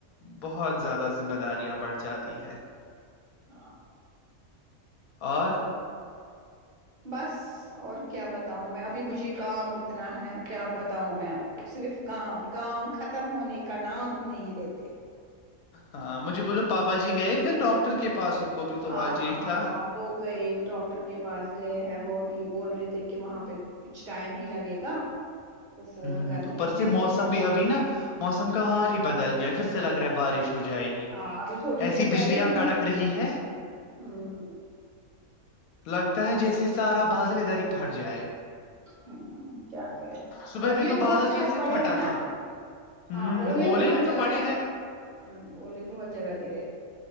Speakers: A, on the left (about 75°); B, on the right (about 40°).
A: بہت زیادہ ذمہ داریاں بڑھ جاتی ہے
B: ہاں
A: اور
B: بس اور کیا بتاؤں میں ابھی مجھے کام اتنا ہے کیا بتاؤں میں آپ کو صرف کام کام ختم ہونے کا نام ہی نہیں لیتے
A: ہاں مجھے بولو پاپا جی گئے پھر ڈاکٹر پر کے پاس ان کو بھی تو
B: ہاں
A: آج ہی
B: ہاں
A: تھا
B: ہاں وہ گئے ڈاکٹر کے پاس گئے ہیں وہ اب بول رہے تھے کہ وہاں پہ کچھ ٹائم ہی لگے گا وہ فون
A: ہ
B: کر رہے
A: اوپر
B: تھے
A: سے موسم بھی ابھی نا موسم کا حال ہی بدل گیا پھر سے لگ رہ ہے بارش ہو جائے گی
B: ہاں ابھی تھوڑی
A: ایسی
B: دیر پہلے
A: بجلیاں
B: دھوپ
A: کڑک رہی ہے
B: ہوں
A: لگتا ہے جیسے سارا بادل ا دھر ہی پھٹ جائے
B: ہ کیا کرے
A: صبح
B: اوولے
A: بھی تو
B: بہت
A: بادل
B: جگہ
A: کیسے
B: پڑے
A: پھٹا
B: ہیں نا
A: تھا ہوں
B: ہاں اولے بہت
A: بھی
B: جگہ
A: تو پڑے
B: ہ
A: ہیں
B: بلیے بہت جگہ گرے